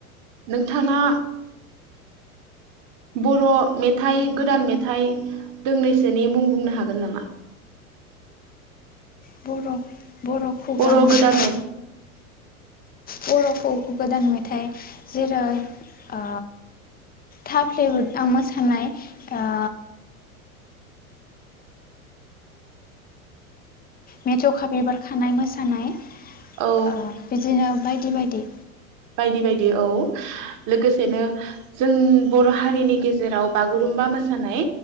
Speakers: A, on the right (about 45°); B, on the left (about 20°).
A: नोंथाङा बर' मेथाइ गोदान मेथाइ दोंनैसोनि मुं बुंनो हागोन नामा
B: बर' बर' खुगा
A: बर'
B: मेथाइ
A: गोदान
B: बर'खौ गोदान मेथाइ जेरै ओ थाफ्ले बुदां मोसानाय ओ मेथ'खा बिबार खानायनि सोमोन्दै ओ
A: औ
B: बिदिनो ओमफाय बायदि बायदि
A: बायदि बायदि औ लोगोसेनो जों बर' हारिनि गेजेराव बागुरुम्बा मोसानाय